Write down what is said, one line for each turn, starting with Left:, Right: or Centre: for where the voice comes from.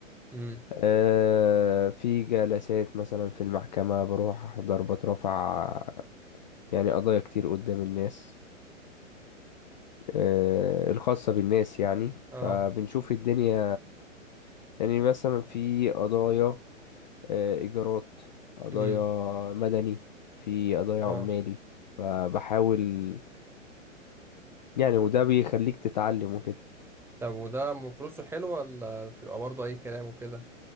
Centre: امم
Left: آه، في جلسات مثلا في المحكمة بروح أحضر بترفع يعني قضايا كتير قدام الناس آه، الخاصة بالناس يعني
Centre: اه
Left: فبنشوف الدنيا يعني مثلا في قضايا آه، إيجارات قضايا
Centre: امم
Left: مدني في قضايا
Centre: اه
Left: عمالي فبحاول يعني وده بيخليك تتعلم وكده
Centre: طب وده م- فلوسه حلوة ولا بتبقى برضه اي كلام وكده